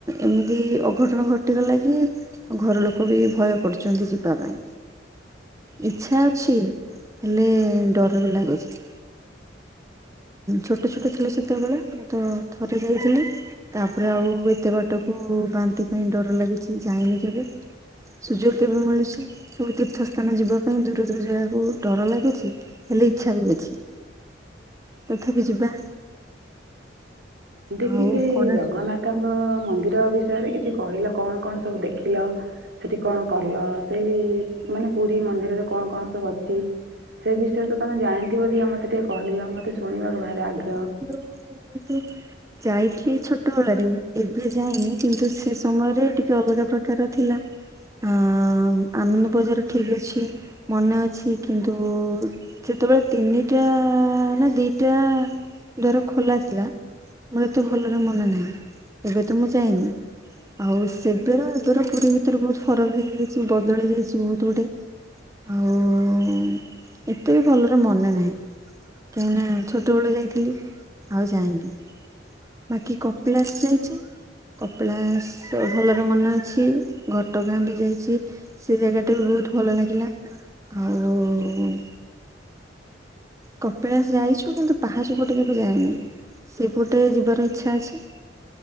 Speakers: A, on the right; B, on the right.
A: ଏମି ତି ଅଘଟଣ ଘଟିଗଲା କିି ଘର ଲୋକ ବି ଭୟ କରୁଚନ୍ତି ଯିବା ପାଇଁ। ଇଚ୍ଛା ଅଛି ହେଲେ ଡର ବି ଲାଗୁଛି। ଛୋଟ ଛୋଟ ଥିଲେ ସେତେବେଳେ ମୁଁ ତ ଥରେ ଯାଇଥିଲି ତାପରେ ଆଉ ଏତେ ବାଟକୁ ବାନ୍ତି ପାଇଁ ଡର ଲାଗୁଚି ଯାଇନି କେବେ। ସୁଯୋଗ ଦେବ ମିଳୁଛି ସବୁ ତୀର୍ଥସ୍ଥାନ ଯିବା ପାଇଁ ଦୂର ଦୂର ଯାଗାକୁ ଡର ଲାଗୁଚି। ହେଲେ ଇଚ୍ଛା ବି ଅଛି ତଥାପି ଯିବା।
B: ଦେଖି
A: ଆଉ
B: ସେଇ
A: କୋଣାର୍କ
B: ଜଗନ୍ନାଥ ତାଙ୍କ ମନ୍ଦିର ବିଷୟରେ କିଛି କହିଲ କଣ କଣ ସବୁ ଦେଖିଲ ସେଠି କଣ କଲ। ସେଇ ମାନେ ପୁରୀ ମନ୍ଦିରରେ କଣ କଣ ସବୁ ଅଛି। ସେ ବିଷୟ ତ ତମେ ଜାଣିଥିବ ମତେ ଟିକେ କହିଲ ମତେ ଶୁଣିବାକୁ ଭାରେ ଆଗେ
A: <unintelligible> ଯାଇଥିଲି ଛୋଟବେଳାରେ ଏବେ ଯାଇନି କିନ୍ତୁ ସେ ସମୟରେ ଟିକେ ଅଲଗା ପ୍ରକାର ଥିଲା। ଅ ଆନନ୍ଦ ବଜାର ଠିକ ଅଛି। ମନେ ଅଛି କିନ୍ତୁ ସେତେବେଳେ ତିନିଟା ନା ଦିଟା--‌ ଦ୍ୱର ଖୋଲା ଥିଲା ମୋର ତୁ ଭଲରେ ମନେ ନାହିଁ ଏବେ ତ ମୁଁ ଯାଇନି। ଆଉ ସେବେର ଏବେର ପୁରୀ ଭିତରେ ବହୁତ ଫରକ ହେଇଯାଇଛି ବଦଳି ଯାଇଛି ବହୁତ ଗୁଡେ। ଆଉ ଏତେ ବି ଭଲରେ ମନେ ନାହିଁ। କାହିଁକି ନା ଛୋଟବେଳେ ଯାଇଥିଲି। ଆଉ ଯାାଇନି ବାକି କପିଳାସ ଯାଇଛି। କପିଳାସ ଭଲରେ ମନେ ଅଛି ଘଟଗାଁ ବି ଯାଇଛି। ସେ ଜାଗାଟା ବି ବହୁତ ଭଲ ଲାଗିଲା ଆଉ କପିଳାସ ଯାଇଛୁ କିନ୍ତୁ ପାହାଚ ପଟେ କେବେ ଯାଏନି ସେପଟେ ଯିବାର ଇଚ୍ଛା ଅଛି।